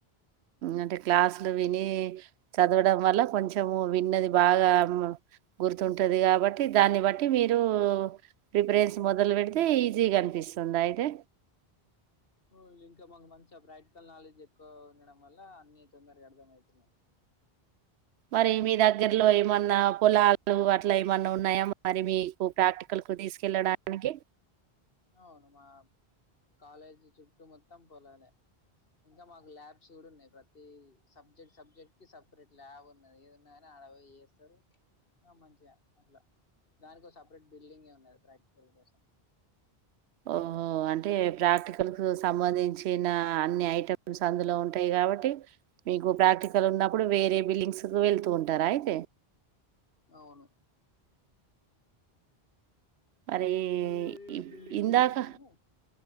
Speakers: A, on the right (about 85°); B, on the left (about 60°).
A: అంటే క్లాసులు విని చదవడం వల్ల కొంచము విన్నది బాగా గుర్తుంటాది కాబట్టి దాన్ని బట్టి మీరు ప్రిపరెన్స్ మొదలు పెడితే ఈజీగానే పిస్తుందా అయితే
B: <unintelligible> ఇంకా మాకు మంచిగా ప్రాక్టికల్ నాలెడ్జ్ ఎక్కువ ఉండడం వల్ల అన్ని తొందరగా అర్థమయితునాయి
A: మరి మీ దగ్గరలో ఏమన్నా పొలాలు అట్లా ఏమన్నా ఉన్నాయా మరి మీకు ప్రాక్టికల్ కుది తీసుకెళ్లడానికి
B: అవును మా కాలేజి చుట్టూ మొత్తం పోలాలే ఇంకా మాకు ల్యాబ్స్ కూడా ఉన్నాయి. ప్రతి సబ్జెక్ట్ సబ్జెక్ట్ కి సపరేట్ ల్యాబ్ ఉన్నది ఏదున్నా ఆడ పోయి చేస్తారు ఆ మంచిగా అట్లా దానికో ఒ సపరేట్ బిల్డింగే ఉన్నాది ప్రాక్టికల్ కోసం
A: ఓహో అంటే ప్రాక్టికల్ కు సంబంధించిన అన్ని ఐటెమ్స్ అందులో ఉంటాయి కాబట్టి మీకు ప్రాక్టికల్ ఉన్నప్పుడు వేరే బిల్డింగ్స్ కు వెళ్తూ ఉంటారా అయితే
B: అవును
A: మరి
B: వేరే
A: ఇ-
B: బిల్డింగ్
A: ఇందాక
B: వెళ్లి మేము